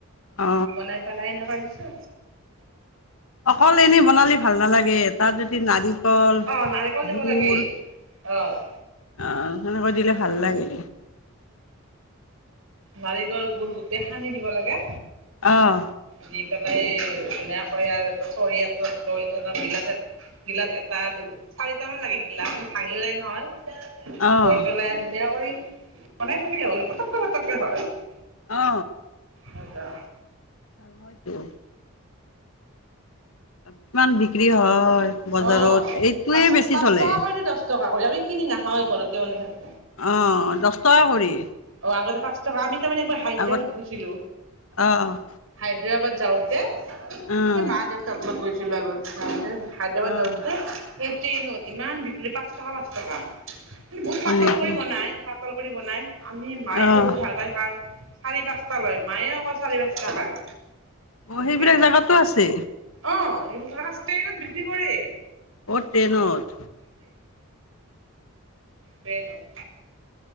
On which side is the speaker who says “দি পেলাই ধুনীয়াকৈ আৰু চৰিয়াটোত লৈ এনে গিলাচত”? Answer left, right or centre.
Right